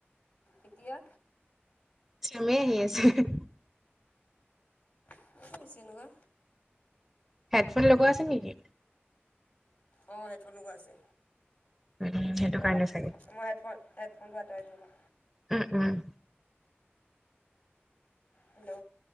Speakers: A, on the left; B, in the centre.
A: এতিয়া
B: চেমে আহি আছে হে হে।
A: কিয় বা হৈছে এনেকুৱা
B: হেডফোন লগোৱা আছে নেকি?
A: অঁ হেডফোন লগোৱা আছে।
B: উম সেইটো
A: ৰ'বা
B: কাৰণে চাগে
A: হেডফো মই হেডফোন হেডফোনটো আঁতৰাই লওঁ ৰবা।
B: উম উম।
A: হেল্ল'।